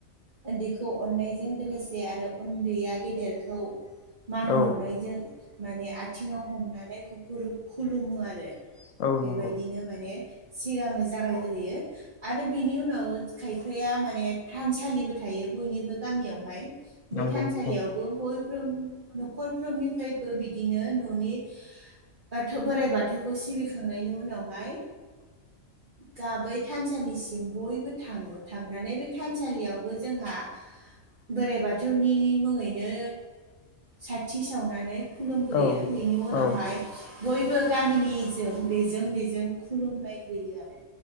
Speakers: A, on the right; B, on the left.
A: उन्दैखौ अननायजों लोगोसे आरो उन्दैया गेदेरखौ मान
B: औ
A: बावनायजों माने आथिङाव हमनानै गुगुरुब खुलुमो आरो
B: औ
A: बेबायदिनो
B: नंगौ
A: माने सिगाङो जागायग्रोयो। आरो बेनि उनाव खायफाया माने थानसालिबो थायो बयनिबो गामियावहाय। बे
B: नंगौ
A: थानसालियावबो
B: औ
A: बयफ्रोम न'खरफ्रोमनिफ्रायबो बिदिनो न'नि बाथौ बोराइ बाथौखौ सिबिखांनायनि उनावहाय गाबै थानसालिसिम बयबो थाङो थांनानै बे थानसालियावबो जोंहा बोराइ बाथौनि मुङैनो साथि सावनानै खुलुमग्रोयो
B: औ
A: बेनि उनावहाय
B: औ
A: बयबो गामिनिजों बेजों बेजों खुलुमलायग्रोयो आरो